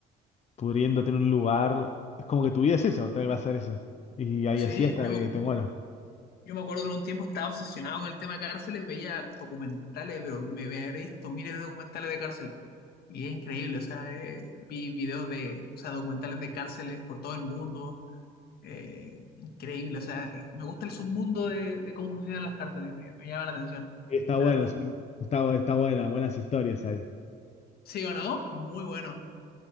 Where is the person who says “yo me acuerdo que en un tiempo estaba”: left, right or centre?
Left